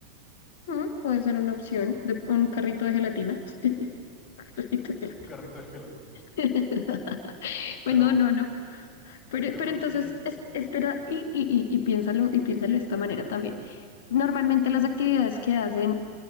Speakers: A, on the left; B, on the left.
A: Mm, puede ser una
B: y
A: opción
B: me mueva,
A: de un carrito de gelatina. <laughs> Carrito
B: <laughs>
A: de
B: un carrito de gelatina.
A: gelatina. <laughs> Bueno,
B: Pero
A: no, no. Pero,
B: yo
A: pero
B: creo
A: entonces,
B: que sí,
A: es- espera y, y, y, y piénsalo, y piénsalo de esta manera también. Normalmente las actividades que hacen,